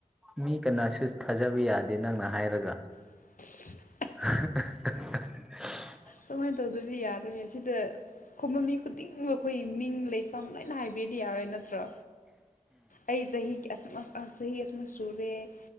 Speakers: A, in the centre; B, on the left (about 80°).
A: ꯃꯤ ꯀꯅꯥꯁꯨ ꯊꯥꯖꯕ ꯌꯥꯗꯦ ꯅꯪꯅ ꯍꯥꯏꯔꯒ
B: <inaudible>
A: <inaudible>
B: ꯁꯨꯃꯥꯏꯅ ꯇꯧꯗ꯭ꯔꯗꯤ ꯌꯥꯔꯣꯏꯍ ꯁꯤꯗ ꯈꯨꯝꯕ ꯃꯤ ꯑꯇꯤꯡꯕ ꯑꯩꯈꯣꯏ ꯃꯤꯡ ꯂꯩꯐꯝ ꯂꯣꯏꯅ ꯍꯥꯏꯕꯤꯔꯗꯤ ꯌꯥꯔꯣꯏ ꯅꯠꯇ꯭ꯔꯣ ꯑꯩ ꯆꯍꯤ ꯆꯍꯤ